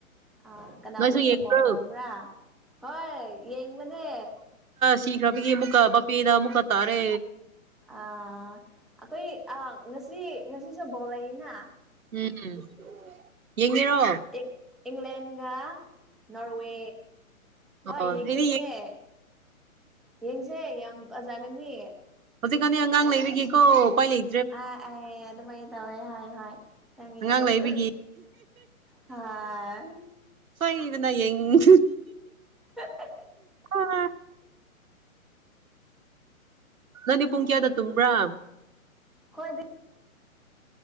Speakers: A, in the centre; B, on the right.
A: ꯑꯥ ꯀꯅꯥꯕꯨ
B: ꯅꯣꯏꯁꯨ
A: ꯁꯄꯣꯔꯠ
B: ꯌꯦꯡꯕ꯭ꯔꯣ
A: ꯇꯧꯕ꯭ꯔꯥ ꯍꯣꯏ ꯌꯦꯡꯕꯅꯦ
B: ꯁꯤꯈ꯭ꯔꯕꯤꯒꯤ ꯑꯃꯨꯛꯥ ꯄꯄꯄꯤꯗ ꯑꯃꯨꯛꯀꯥ ꯇꯥꯔꯦ
A: ꯑ ꯑꯩꯈꯣꯏ ꯑ ꯉꯁꯤ ꯉꯁꯤꯁꯨ ꯕꯣꯂꯏꯅ
B: ꯎꯝ ꯌꯦꯡꯉꯦꯔꯣ
A: ꯏ ꯏꯪꯂꯦꯟꯒ ꯅꯣꯔꯋꯦ ꯍꯣꯏ
B: ꯑꯩꯗꯤ
A: ꯌꯦꯡꯗꯣꯏꯅꯦ ꯌꯦꯡꯁꯦ ꯌꯥꯝ ꯐꯖꯒꯅꯤ
B: ꯍꯧꯖꯤꯛꯀꯥꯟ ꯑꯉꯥꯡ ꯂꯩꯕꯤꯒꯦꯀꯣ ꯀꯣꯏ ꯂꯩ
A: ꯑ ꯑ ꯑꯗꯨꯃꯥꯏꯅ ꯇꯧꯋꯦ ꯍꯥꯏ ꯍꯣꯏ ꯀꯅꯤ
B: ꯑꯉꯥꯡ
A: ꯌꯥ
B: ꯂꯩꯕꯒꯤ
A: ꯆ ꯍꯥꯥ
B: ꯐꯩꯕꯅ ꯌꯦꯡ
A: ꯍ
B: ꯑ ꯅꯪꯅꯦ ꯄꯨꯡ ꯀꯌꯥꯗ ꯇꯨꯝꯕ꯭ꯔꯥ
A: ꯍꯣꯏꯗꯤ